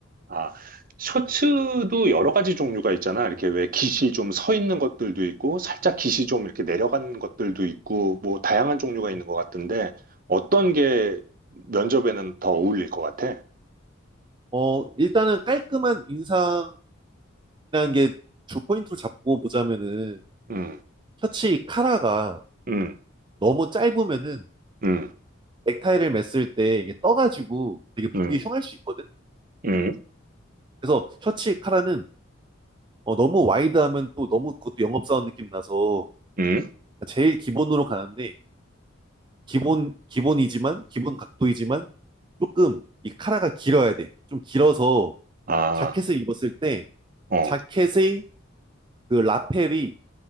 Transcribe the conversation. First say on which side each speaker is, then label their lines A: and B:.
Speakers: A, on the right; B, on the right.
A: 아, 셔츠도 여러 가지 종류가 있잖아. 이렇게 왜 깃이 좀 서 있는 것들도 있고, 살짝 깃이 좀 이렇게 내려간 것들도 있고, 뭐 다양한 종류가
B: 음.
A: 있는 것 같은데, 어떤 게 면접에는 더 어울릴 것 같아?
B: 어, 일단은 깔끔한 인상이라는 게 주 포인트로 잡고 보자면은
A: 음,
B: 셔츠 카라가
A: 음,
B: 너무 짧으면은
A: 음,
B: 넥타이를 맸을 때 이게 떠가지고 되게 보기
A: 음,
B: 흉할 수 있거든.
A: 음,
B: 그래서 셔츠 카라는 어, 너무 와이드하면 또 너무 그것도 영업사원 느낌 나서
A: 음.
B: 제일 기본으로 가는데 기본 기본이지만 기본 각도이지만 조금 이 카라가 길어야 돼. 좀 길어서
A: 아,
B: 자켓을 입었을 때
A: 어,
B: 자켓의 그 라펠이